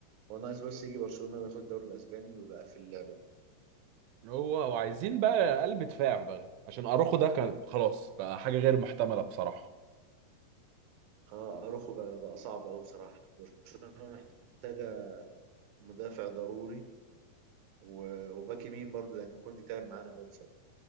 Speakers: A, on the right; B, on the right.
A: هو ناقص بس يجي برشلونه وياخد الدوري الاسباني ويبقى في اللعبه
B: هو وعايزين بقى قلب دفاع بقى عشان اروخو ده كان خلاص بقى حاجه غير محتمله بصراحه
A: اه اروخو بقى, بقى صعب قوي بصراحه برشلونه محتاجه مدافع ضروري و- وباك يمين برضه لان كنت تعب معانا قوي بصراحه